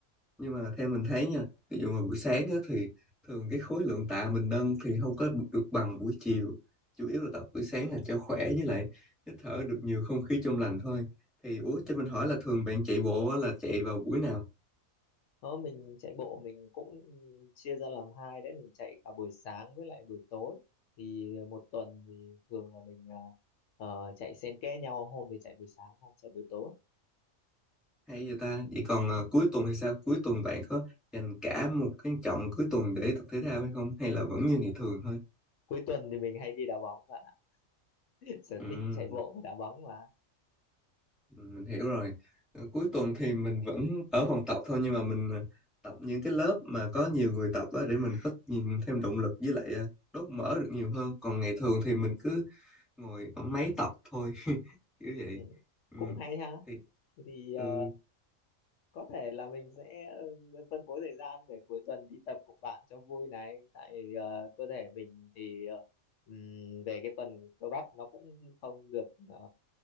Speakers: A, in the centre; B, on the left (about 70°).
A: nhưng mà theo mình thấy nha ví dụ mà buổi sáng á, thì thường cái khối lượng tạ mình nâng thì không có được bằng buổi chiều chủ yếu là tập buổi sáng là cho khỏe với lại hít thở được nhiều không khí trong lành thôi thì ủa cho mình hỏi là thường bạn chạy bộ á, là chạy vào buổi nào
B: đó mình chạy bộ mình cũng ừ, chia ra làm hai đấy mình chạy cả buổi sáng với lại buổi tối thì một tuần thì thường là mình à, ờ, chạy xen kẽ nhau hôm thì chạy buổi sáng hôm chạy buổi tối
A: hay vậy ta vậy còn
B: Ừ.
A: ờ, cuối tuần thì sao cuối tuần bạn có dành cả một cái chọn cuối tuần để tập thể thao hay không hay là vẫn như ngày thường thôi
B: cuối tuần thì mình hay đi đá bóng bạn ạ <laughs> sở
A: ừ
B: thích chạy bộ và đá bóng mà
A: Ừ, mình hiểu rồi
B: Ừ.
A: Ờ, cuối tuần thì mình vẫn ở phòng tập thôi nhưng mà mình ờ, tập những cái lớp mà có nhiều người tập á, để mình có nhìn thêm động lực với lại ờ, đốt mỡ được nhiều hơn còn ngày thường thì mình cứ ngồi ở máy tập thôi <laughs> kiểu vậy
B: Ừ,
A: ừ.
B: cũng hay ha
A: thì
B: Thế thì ờ,
A: ừ.
B: có thể là mình sẽ ừ, phân phối thời gian để cuối tuần đi tập cùng bạn cho vui này tại ờ, cơ thể mình thì ờ, ừm, về cái phần cơ bắp nó cũng không được ờ,